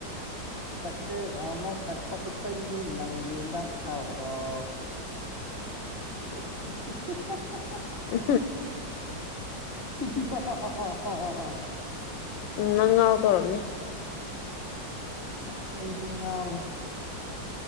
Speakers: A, on the left (about 15°); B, on the left (about 85°).
A: ꯁꯛꯀꯦꯅ ꯁꯛꯄ ꯏꯁꯩꯅꯤ ꯅꯪꯒꯤꯦꯗ ꯊꯥꯎꯔꯣ <unintelligible>
B: ꯎ
A: ꯍꯥ
B: ꯎꯝ ꯅꯪ ꯉꯥꯎꯗꯧꯔꯕꯅꯦ
A: ꯑꯁ ꯑꯩꯁꯦ ꯉꯥꯎꯔꯦ